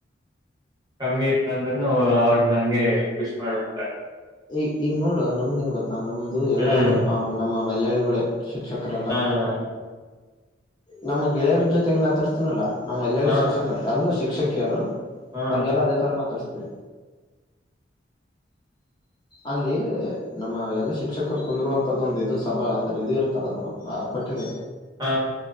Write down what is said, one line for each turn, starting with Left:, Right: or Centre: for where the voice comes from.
Right: ಕಮ್ಮಿ ಇತ್ತ ಅಂದ್ರನು ಅವ್ರ ನಂಗೆ ಖುಷ ಮಾಡ್ಬಿಡ್ತಾರೆ.
Left: ಈ ಈಗ ನೋಡು ನಮ್ದಹೇಂಗ ಗೊತ್ತಾ ನಮ್ದು ಎಲ್ಲಾ
Right: ಹ್ಮ್
Left: ಅ ನಮ್ಮ ಮಲಯಾಳಿಗಳ ಶಿಕ್ಷಕರೆಲ್ಲಾ.
Right: ಹಾ
Left: ನಮ್ ಗೆಳೆಯರ ಜೊತೆ ಹೆಂಗ್ ಮಾತಾಡ್ಸ್ತೀನಲ್ಲ ನಮ್ಮ್ ಮಲಯಾಳಿ
Right: ಹಾ
Left: ಶಿಕ್ಷಕರು ಎಲ್ಲ ಶಿಕ್ಷಕಿಯರು
Right: ಹಾ
Left: ಅವ್ರಿಗೆಲ್ಲ ಅದೇ ತರ ಮಾತಾಡ್ಸ್ತೆವ. ಅಲ್ಲಿ ನಮ್ಮ ಎಲ್ಲ ಶಿಕ್ಷಕರು ಕುಂದರುವಂತದ್ದ ಒಂದು ಇದು ಸಭಾ ಅಂದ್ರೆ ಇದು ಇರುತ್ತಲ್ಲ ಆ ಕೊಠಡಿ
Right: ಹಾ